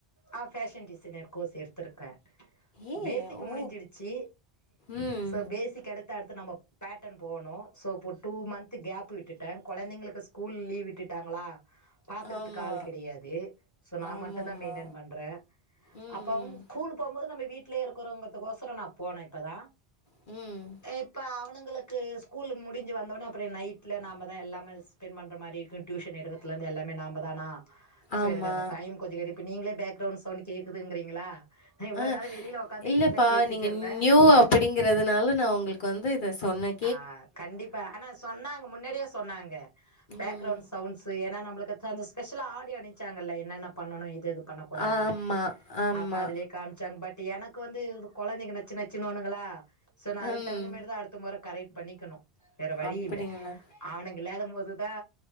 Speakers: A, on the left (about 15°); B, on the left (about 55°).
A: ஆ ஃபேஷன் டிசைனர் கோர்ஸ் எடுத்திருக்கே
B: ஏ
A: பேசிக்
B: ஓ
A: முடிஞ்சிடுச்சி
B: ம்
A: சோ பேசிக் அடுத்த அடுத்து நம்ப பேட்டன் போனு சோ இப்போ டூ மன்த்து கேப் விட்டுட்ட கொழந்திங்களுக்கு ஸ்கூல் லீவ் விட்டுட் விட்டாங்களா பாத்துக்கத்துக்கு
B: ஆமா
A: ஆள் கெடையாது சோ நா
B: ஆமாமா
A: மட்டுதா மெயின்டென் பண்ற
B: ம்
A: அப்பாவு
B: ம்
A: கூல் போம்போது நம்ம வீட்லயே இருக்கறோங்கறதுக் ஒசரோ நா போன இப்பதா
B: ம்
A: இப்போ அவனுங்களுக்கு ஸ்கூல் முடிஞ்சு வந்தோடனே அப்பறோ நைட்டில நாம தான எல்லாம ஸ்பெண்ட் பண்ணுற மாதிர இரு நிறத்தில இருந்து எல்லாமே நாம தானா சோ
B: ஆமா
A: எனக்கு அந்த டைம் கொ கி இப்ப நீங்களே பேக்ரவுண்ட் சவுண்ட் கேக்குதுங்கிறீங்களா நா இவ்ளோ
B: ஆ
A: நேர வெளியில உக்காந்து
B: இல்லப்பா
A: வீட்ல பேசிட்டு
B: நீங்க
A: இருந்தே
B: நியூ அப்படிங்கிறதுனால நா உங்களுக்கு வந்து இத சொன்ன
A: ஆ கண்டிப்பா ஆனா சொன்னாங்க முன்னாடியே சொன்னாங்க பேக்ரவுண்ட்ஸ்
B: ம்
A: சவுண்ட்ஸ் ஏன்னா நம்மளுக்கு தகுந்த ஸ்பெஷலா ஆடியோ அணிச்சாங்கல்ல என்னென்ன பண்ணணு இதுவு பண்ணக்கூடாது
B: ஆமா ஆமா
A: அப்ப அதுலயே காமிச்சாங்க பட் எனக்கு வந்து கொழந்தைங்க நச்சு நச்சுன்னு ஒண்ணுங்களா சோ நா அதுக்கு
B: ம்
A: தகுந்த மாரி தா அடுத்த மொற கரக்ட் பண்ணிக்கணு வேற வழி
B: அப்படிங்களா
A: இல்ல அவனுங்க இல்லாத போது ஆ